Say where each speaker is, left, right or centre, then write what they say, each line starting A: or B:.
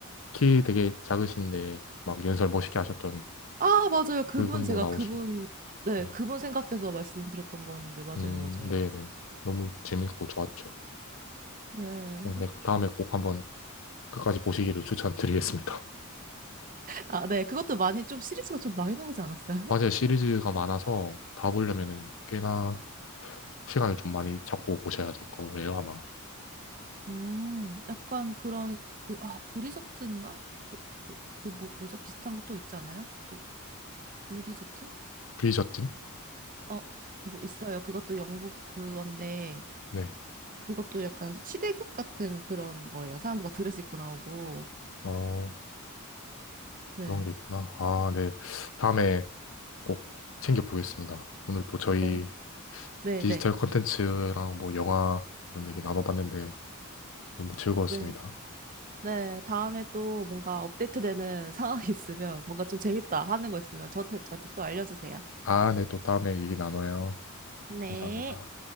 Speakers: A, on the left; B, on the right.
A: 키 되게 작으신데, 막 연설 멋있게 하셨던
B: 아, 맞아요. 그분,
A: 그분도
B: 제가
A: 나오시고,
B: 그분, 네,
A: 네.
B: 그분 생각해서 말씀드렸던 거였는데, 맞아요,
A: 음,
B: 맞아요.
A: 네네. 너무 재밌고 좋았죠.
B: 네,
A: 어, 네.
B: 어, 좀,
A: 다음에 꼭 한번 끝까지 보시기를 추천드리겠습니다.
B: 아, 네, 그것도 많이 좀 시리즈가 좀 많이 나오지 않았어요?
A: <laughs> 맞아요.
B: <laughs>
A: 시리즈가 많아서 다 보려면은 꽤나 시간을 좀 많이 잡고 보셔야 될 거예요, 아마.
B: 음, 약간 그런, 그, 아, 브리저튼가? 그, 그, 그 뭐, 뭐죠? 비슷한 거 또 있잖아요? 그, 브리저튼?
A: 브리저튼?
B: 어, 뭐 있어요. 그것도 영국 그건데,
A: 네.
B: 그것도 약간 시대극 같은 그런 거예요. 사람들 막 드레스 입고 나오고,
A: 어,
B: 네,
A: 그런 게 있구나. 아, 네. 다음에 꼭 챙겨보겠습니다. 오늘 또 저희
B: 네, 네,
A: 디지털
B: 네.
A: 콘텐츠랑 뭐 영화 이런 얘기 나눠봤는데 너무 즐거웠습니다.
B: 네. 네, 다음에 또 뭔가 업데이트되는 <laughs> 상황이 있으면 뭔가 좀 재밌다 하는 거 있으면 저한테, 저한테 또 알려주세요.
A: 아, 네. 또 다음에 얘기 나눠요.
B: 네.
A: 감사합니다.